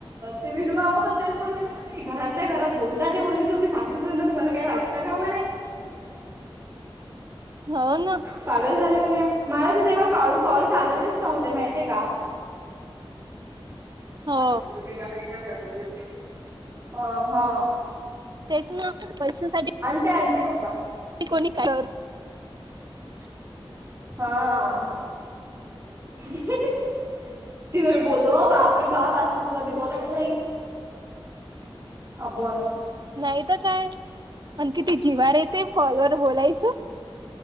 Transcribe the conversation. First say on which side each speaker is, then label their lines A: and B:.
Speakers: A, on the right; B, on the right.
A: ते विनू मामा पण तेच बोले. नाही घरातल्या घरात बोलता ते म्हणे तुम्ही सासू ना तुम्हाला काय वाटतं का म्हणे.
B: हो ना
A: पागल झालं म्हण मला तर तेव्हा कॉल कॉल चाललेलेच नव्हते माहिितय का.
B: हो
A: माझ्या पुढ ग हा हा
B: तेच ना पैशांसाठी
A: आनते आनते पप्पा
B: कोणी का
A: हा. किती वेळ बोललो बापरे बाप असत तर कधी बोलत नाही. आपण
B: नाही ग काय आण किती जिवार येते कॉलवर बोलायचं.